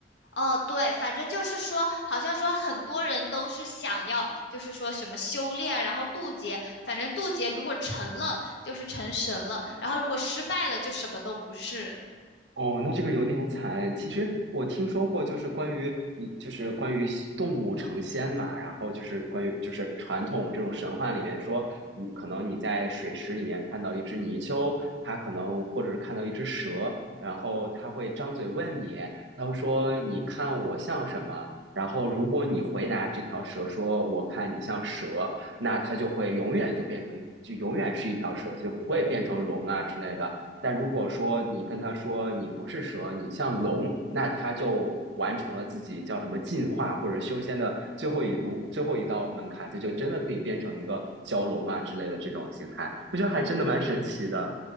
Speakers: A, on the left; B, on the right.
A: 哦，对，反正就是说，好像说很多人都是想要，就是说什么修炼，然后渡劫。反正渡劫如果成了，就是成神了；然后如果失败了，就什么都不是。
B: 哦，那这个有点惨。其实我听说过，就是关于，嗯就是关于动物成仙嘛，然后就是关于，就是传统这种神话里面说，你可能你在水池里面看到一只泥鳅，它可能或者是看到一只蛇，然后它会张嘴问你，它会说你看我像什么？然后如果你回答这条蛇说我看你像蛇，那它就会永远就变成一，就永远是一条蛇，就不会变成龙啊之类的。但如果说你跟他说你不是蛇，你像龙，那他就完成了自己叫什么进化或者修仙的最后一路、最后一道门槛，他就真的可以变成一个蛟龙啊之类的这种形态。我觉得还真的蛮神奇的。
A: 嗯。